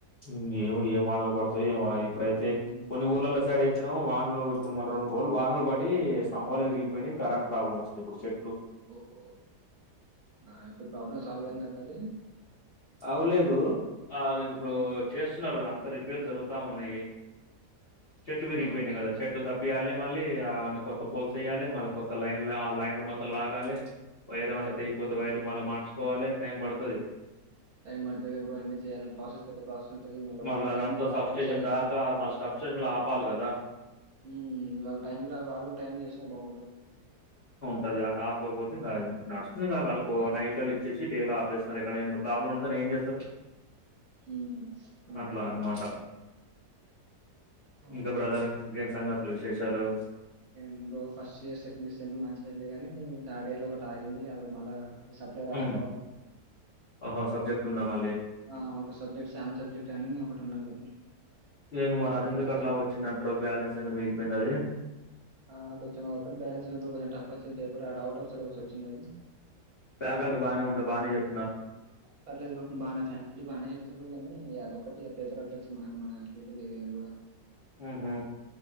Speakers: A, on the left (about 50°); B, on the right (about 65°).
A: ఇంగేమో ఏమి వానలు పడుతాయో ఎమో ఇప్పుడైతే
B: హ్మ్.
A: కొన్ని ఊర్లలో సైడ్ అయితే వా లో ఇప్పుడు మరీ రెండు మూడు రోజులు వానల పడి స్తంభాలు ఎరిగిపోయినాయ్ కరంట్ ప్రాబ్లం వచ్చంది ఇప్పుడు చే
B: ఓహో నా ఎప్పుడు ప్రాబ్లమ్ సాల్వ్ అయింద మరి
A: అవలేదు ఆ ఇప్పుడు
B: హ్మ్.
A: చేస్తున్నారు అ రిపేయర్లు జరురత ఉన్నాయి చెట్లు విరిగిపోయినాయి
B: అవును.
A: కదా చెట్లు తప్పియాలి మళ్ళీ ఇగ కొత్త పోల్స్ ఏయ్యాలి మళ్ళ కొత్త లైన్ ఆ లైన్లు మొత్తం లాగాలే వైర్లు ఏమైనా తెగిపోతే వైర్లు మళ్ళీ మార్చుకోవాలి టైం పడుతుంది
B: టైం పడుతది కదా బ్రో ఇంగ చేయాలి ప్రాసెస్ పెద్ద ప్రాసెస్ ఉంటది.
A: మళ్ళీ
B: వాళ్ళు
A: అదంత
B: టైంకి రారు,
A: సబ్ స్టేషన్
B: చేయరు.
A: దాక మళ్ళీ సబ్ స్టేషన్ లో ఆ ప్పాల్ కదా
B: ఉమ్ వాళ్ళు టైంకి రారు వాళ్ళు కూడా టైం చేసినా బాగుండు
A: టది అది అపకపోతే అది నర్స్ <unintelligible> వాళ్ళకు
B: ఆ!
A: నైట్లలో ఇచ్చేసి డేలా ఆపేస్తున్నారు ఎక్కడ ఇంకా ప్రాబ్లమ్ ఉన్నతాన ఏం చేస్తారు
B: ఉ అంతే
A: అట్లా అనమాట
B: అవును.
A: ఇంకా బ్రదర్ ఇంకేం సంగతులు విశేషాలు
B: నేను bro first year second year sem మంచిగ ఎళ్ళింది కానీ థర్డ్ ఇయర్ లో ఒకటి అగింది అదో మళ్ళా సప్లై రాసుకోవాలి
A: ఉమ్ ఓహో సబ్జెక్ట్ ఉందా మ
B: ఆ ఒక సబ్జెక్ట్ సామ్ సబ్జెక్ట్ అని ఒకటి ఉన్నది
A: ఏమి మరి
B: అది
A: ఎందుకు
B: రాయాలి
A: అట్లా వచ్చిందంటారు బ్యాలెన్స్ ఎందుకు మిగిలిపోయింది అది
B: ఆ కొంచెం అదొక్కటి బ్యాలన్స్ ఉంది బ్రో కొంచెం టఫ్ వచ్చింది ఆ డౌట్ ఆఫ్ సిలబస్ వచ్చింద అది
A: ప్యాకల్ట్ బానే ఉందా బాగానే చెప్
B: పర్లేదు బ్రో బానే ఫ్యాకల్టీ బాగానే చెప్తారు కానీ అదొక్కటి పేపర్ అట్ల వచ్చి మన మన చేతుల్లో లేదు అది కూడా
A: ఉహు